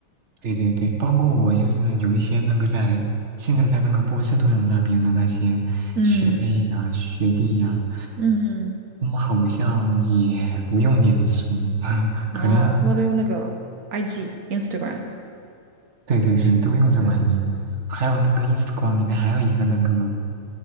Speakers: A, on the right; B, on the right.
A: 对对对，包括我就是有一些那个在现在在那个波士顿那边的那些学妹呀、
B: 嗯
A: 学弟呀、
B: 嗯，
A: 他们好像也不用脸书，<laughs> 可能
B: 哦，他们都用那个 IG、Instagram
A: 对对对，
B: 什么那
A: 都用这玩意。还有那个 Instagram 里面还有一个那个，